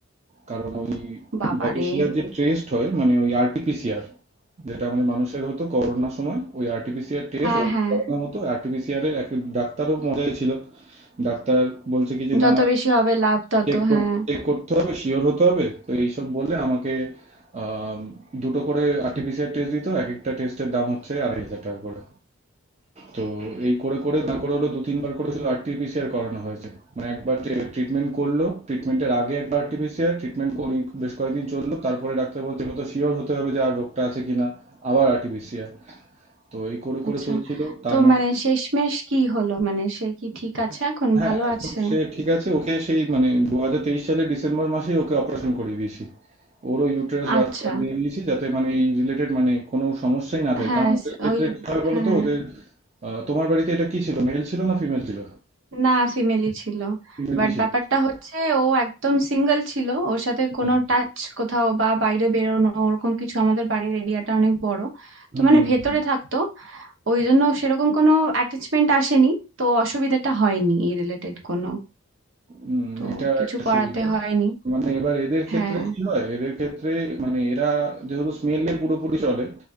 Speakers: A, on the right; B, on the right.
A: কারণ ওই
B: বাবারে
A: ব্যাবেশিয়ার যে টেস্ট হয় মানে ওই আরটিপিসিআর যেটা আমাদের মানুষের হতো করোনার সময় ওই আরটিপিসিআর টেস্ট
B: হ্যাঁ
A: ওদের
B: হ্যাঁ
A: করানো হতো আরটিপিসিআর এর এক ডাক্তারও মজাই ছিল ডাক্তার বলছে কি যে
B: যত
A: না না
B: বেশি হবে লাভ তত
A: চেক
B: হ্যাঁ
A: চেক করতে হবে শিওর হতে হবে তো এইসব বলে আমাকে আম, দুটো করে আরটিপিসিআর টেস্ট দিত এক একটা টেস্টের দাম হচ্ছে আড়াই হাজার টাকা করে তো এই করে করে না করে হলো দু তিনবার করে শুধু আরটিপিসিআর করানো হয়েছে মানে একবার ট্রিটমেন্ট করলো ট্রিটমেন্টের আগে একবার আরটিপিসিআর ট্রিটমেন্ট করি বেশ কয়েকদিন চললো তারপরে ডাক্তার বলছে এবার তো শিওর হতে হবে যে আর রোগটা আছে কিনা আবার আরটিপিসিআর তো এই করে
B: আচ্ছা
A: করে চলছিল তার
B: তো
A: মধ্যে
B: মানে শেষমেশ কি হলো মানে সে কি ঠিক আছে এখন
A: হ্যাঁ
B: ভালো
A: এখন
B: আছে
A: সে ঠিক আছে ওকে সেই মানে দু হাজার তেইশ সালের ডিসেম্বর মাসেই ওকে অপারেশন করিয়ে দিয়েছি ওরও ইউটেরাস বাচ্চা
B: আচ্ছা
A: দিয়ে দিয়েছি যাতে মানে এই রিলেটেড মানে কোনো সমস্যাই না থাকে
B: হ্যাঁ
A: কারণ ওদের
B: স-
A: ক্ষেত্রে
B: ওই
A: কি হয় বলো
B: হ্যাঁ
A: তো ওদের আহ, তোমার বাড়িতে এটা কি ছিল মেল ছিল না ফিমেল ছিল
B: না ফিমেলি ছিল
A: ফিমেলই
B: বাট
A: ছিল
B: ব্যাপারটা হচ্ছে ও একদম সিঙ্গেল ছিল ওর সাথে কোনো
A: হুম
B: টাচ কোথাও বা বাইরে বেরোনো ওরকম কিছু আমাদের বাড়ির এরিয়াটা অনেক বড়
A: হুম
B: তো মানে ভেতরে
A: হুম
B: থাকতো ওই জন্য সেরকম কোনো অ্যাটাচমেন্ট আসেনি তো অসুবিধাটা হয়নি এই রিলেটেড কোনো
A: হুম,
B: তো
A: এটা
B: কিছু
A: একটা
B: করাতে
A: সুবিধা
B: হয়নি
A: মানে এবার এদের ক্ষেত্রে
B: হ্যাঁ
A: কি হয় এদের ক্ষেত্রে মানে এরা যেহেতু স্মেলে পুরোপুরি চলে